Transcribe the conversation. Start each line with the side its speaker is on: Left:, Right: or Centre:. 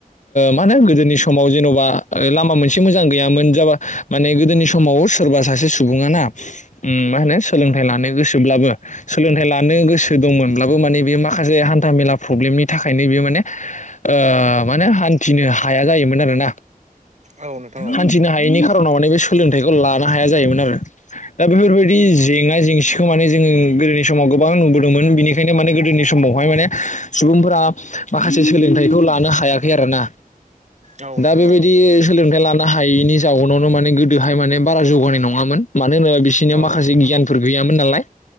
Left: मा होनो गोदोनि समाव जेन'बा लामा मोनसे मोजां गैयामोन जाबा माने गोदोनि समाव सोरबा सासे सुबुङाना मा होनो सोलोंथाइ लानो गोसोब्लाबो सोलोंथाइ लानो गोसो दंमोनब्लाबो माने बे माखासे हान्था मेला प्रब्लेमनि थाखायनो बेयो माने ओ माने हान्थिनो हाया जायोमोन आरो ना।
Right: औ नोंथां। औ
Left: हान्थिनो हायैनि खारनावनो बे सोलोंथाइखौ लानो हाया जायोमोन आरो। दा बेफोरबायदि जेंना जेंसि खौ माने जोङो गोदोनि समाव गोबां नुबोदोंमोन बेनिखायनो माने गोदोनि समावहाय माने सुबुंफोरा माखासे सोलोंथाइखौ लानो हायाखै आरोना।
Right: औ नोंथां औ नोंथां
Left: दा बे बायदि सोलोंथाइ लानो हायैनि जाउनावनो माने गोदोहाय माने बारा जौगानाय नङामोन। मानो होनोबा बिसोरनि
Right: औ
Left: माखासे गियानफोर गैयामोन नालाय,